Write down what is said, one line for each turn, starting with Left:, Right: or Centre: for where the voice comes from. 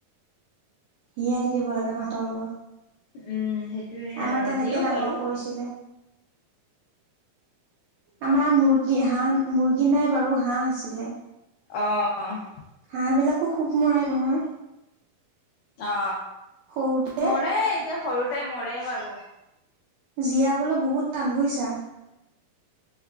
Right: হিয় দি দিব লাগে ভাতৰ লগত
Left: উম সেইটোয়ে আৰু
Right: আমাৰ তেনেকে
Left: দিও
Right: ডাঙৰ
Left: বাৰু
Right: কৰিছিলে আমাৰ মুৰ্গী হাঁহ মুৰ্গী নাই বাৰু হাঁহ আছিলে
Left: অ
Right: হাঁহবলাকো খোব মৰে নহয়
Left: অ
Right: সৰুতে
Left: মৰে এতিয়া সৰুতে মৰে বাৰু
Right: জীয়াবলৈ বহুত টানবইছা